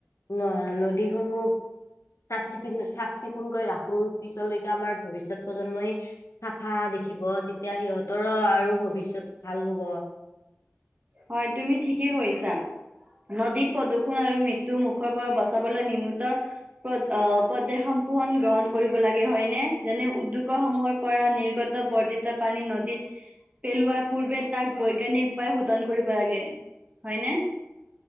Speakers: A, on the left (about 75°); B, on the right (about 30°).
A: ন নদীসমূহ চাফ চিকু চাফ চিকুণকৈ ৰাখো পিছলৈ আমাৰ ভৱিষ্যত প্ৰজন্ম চাফা দেখিব তেতিয়া সিহঁতৰো আৰ ভৱিষ্যত ভাল হব
B: হয় তুমি ঠিকেই কৈছা নদী প্ৰদূৰণ আৰু মৃত্যু মুখৰ পৰা বচাবলৈ নিম নত পদ অহ পদেশসম্পোহণ গ্ৰহণ কৰিব লাগে হয়নেে যেনে উদ্যোগ সমূহৰ পৰা নিৰ্গত বৰ্জিত পানী নদীত পেলোৱাৰ পূৰ্বে তাক বৈজ্ঞানিক উপায় শোধন কৰিব লাগে হয়নে